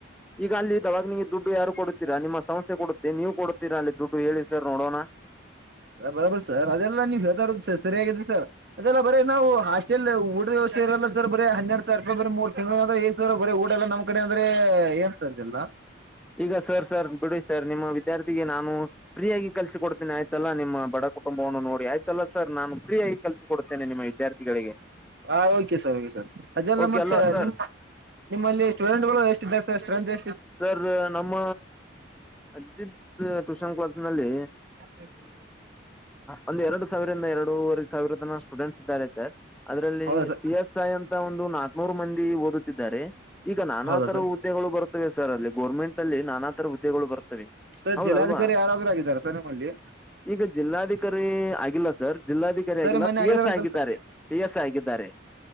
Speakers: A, in the centre; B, on the right (about 55°).
A: ಈಗ ಅಲ್ಲಿ ಇದವಾಗ ನಿಂಗೆ ದುಡ್ಡು ಯಾರು ಕೊಡುತ್ತೀರಾ ನಿಮ್ಮ ಸಮಸ್ಯೆ ಕೊಡುತ್ತೆ ನೀವು ನೀ ಕೊಡ್ತೀರಾ ಅಲ್ಲಿ ದುಡ್ಡು ಹೇಳಿ ಸರ್ ನೋಡೋಣ
B: ಬರೋಬರ್ ಸರ್ ಅದೆಲ್ಲ ನೀವ್ ಹೇಳ್ತ ಇರ ಸರ್ ಸರಿಯಗಿದ್ರ ಸರ್ದೆಲ್ಲ ಬರೀ ನಾವು ಹಾಸ್ಟೆಲ್ ಊಟ ವ್ಯವಸ್ಥ ಇರಲ್ಲ ಸರ್ ಬರಿ ಹನ್ನೆರ ಸಾವಿರೂಪಾಯ ಬ ಮೂ ತಿಂಗಗಳು ಸಾವಿರ ಬರನಮ್ ಡಲ್ಲ ನಮ್ಮ ಕಡೆ ಅಂದ್ರೆ ಏನ್ ಸರ್ ಇದೆಲ್ಲ
A: ಈಗ ಸರ್ ಸರ್ ಬಿಡು ಸರ್ ನಿಮ್ಮ ವಿದ್ಯಾರ್ಥಿಗೆ ನಾ ಫ್ರೀಯಗಿ ಕಲಸ ಕೊಡ್ತೀನಿ ಆಯ್ತಲ್ಲ ನಿಮ್ಮ ಬಡ ಕುಟುಂಬವನ್ನು ನೋಡಿ ಆಯ್ತಲ್ಲ ಸರ್ ನಾನು ಫ್ರೀಯಾಗಿಲ್ಸ ಕೊಡ್ತೇನೆ ನಿಮ್ಮ ವಿದ್ಯಾರ್ಥಿಗಳಿಗೆ
B: ಹಾ ಓಕೆ ಸರ್ ಓಕೆ ಸರ್ ಅದೆಲ್ಲ
A: ಓಕೆ
B: ಮತ್ತೆ
A: ಅಲ್ವಾ ಸರ್
B: ನಿಮ್ಮ ನಿಮ್ಮಲ್ಲಿ ಸ್ಟೂಡೆಂಟ್ಗಳು ಎ ಷ್ಟ <unintelligible>
A: ಸರ್ ನಮ್ಮ ಅಜಿತ್ ಟೂಷನ್ ಕ್ಲಸ್ ನಲ್ಲಿ
B: ಹ <unintelligible>
A: ಒಂದ ಎರಡು ಸಾವಿರಂದ ಎರಡೂವರೆ ಸಾವಿರ ತನ ಸ್ಟೂಡೆಂಟ್ಸ್ ಇದ್ದಾರೆ ಸರ್ ಅದರಲ್ಲಿ
B: ಹೌದಾ ಸರ್
A: ಪಿ ಎಸ್ ಐ ಅಂತ ಒಂದು ನಾಕ್ನೂರು ಮಂದಿ ಓದುತ್ತಿದ್ದಾರೆ ಈಗ ನಾನಾ
B: ಹೌದಾ
A: ತರ
B: ಸರ್
A: ಹುದ್ದೆಗಳು ಬರ್ತವೆ ಸರ್ ಅಲ್ಲಿ ಗೋರ್ಮೆಂಟ್ ಅಲ್ಲಿ ನಾನಾ ತರ ಹುದ್ದೆಗಳು ಬರ್ತವೆ
B: ಸರ್
A: ಹೌದಲ್ವಾ
B: ಜಿಲ್ಲಾಧಿಕಾರಿ ಯಾರಾದ್ರೂ ಆಗಿದ್ದಾರೆ ಸರ್ ನಿಮ್ಮಲ್ಲಿ
A: ಈಗ ಜಿಲ್ಲಾಧಿಕಾರಿ ಅಿಕಾರಿ ಆಗಿಲ್ಲ ಸರ್ ಜಿಲ್ಲಾಧಿಕಾರಿ
B: ಸರ್
A: ಆಗಿಲ್ಲ
B: ಮೊನ್ನೆ
A: ಪಿ
B: ಆಗಿದಾರ
A: ಎಸ್
B: ಅಂತಲ್
A: ಆಗಿದ್ದಾರೆ
B: sir
A: P S ಆಗಿದ್ದಾರೆ